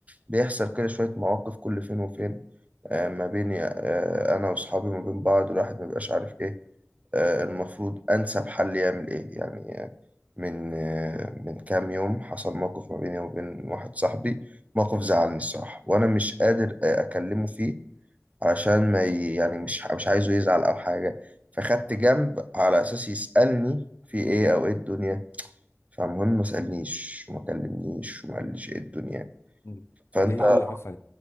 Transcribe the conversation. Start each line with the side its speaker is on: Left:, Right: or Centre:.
Right: بيحصل كده شوية مواقف كل فين وفين آه، ما بيني آه، انا واصحابي ما بين بعض والواحد ما بيبقاش عارف ايه آه، المفروض أنسب حل يعمل إيه يعني آه، من آه، من كام يوم حصل موقف ما بيني وبين واحد صاحبي موقف زعلني الصراحة وأنا مش قادر آه، أكلمه فيه عشان ما ي... يعني مش مش عايزه يزعل او حاجه فخدت جنب على اساس يسالني في ايه او ايه الدنيا فالمهم ما سالنيش وما كلمنيش وما قاليش ايه الدنيا
Left: مم.
Right: فانت
Left: ليه
Right: آه.
Left: ايه اللي حصل